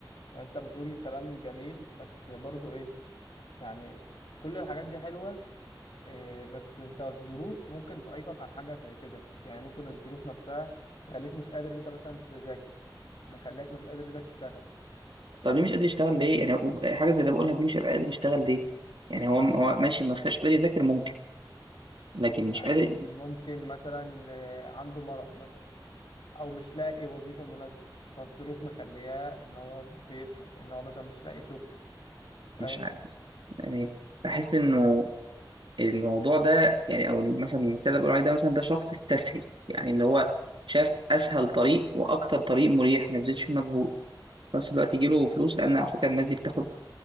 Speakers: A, on the left; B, on the right.
A: يعني أنت بتقول كلام جميل بس برضو إيه يعني كل الحاجات دي حلوة إيه، بس انت الظروف ممكن تعيقك عن حاجة زي كده يعني ممكن الظروف نفسها تخليك مش قادر ان انت مثلا تذاكر مخليك مش قادر ان انت تشتغل
B: طب
A: فاهم
B: ليه مش قادر يشتغل ليه يعني هو- حاجه زي اللي بقولها دي مش هيبقى قادر يشتغل ليه يعني هو هو ماشي ما خلاش قادر يذاكر ممكن لكن
A: يعني
B: مش قادر
A: ممكن مثلا إيه، عنده مرض مثلا او مش لاقي وظيفة مناسبة فالظروف مخلياه ان هو بيشحت لان هو مثلا مش لاقي شغل فاهم
B: مش عارف بس يعني بحس انه الموضوع ده يعني او مثلا المثال اللي بقول عليه ده مثلا ده شخص استسهل يعني اللي هو شاف اسهل طريق واكتر طريق مريح ما يبذلش فيه مجهود في نفس الوقت يجي له فلوس لان على فكره الناس دي بتاخد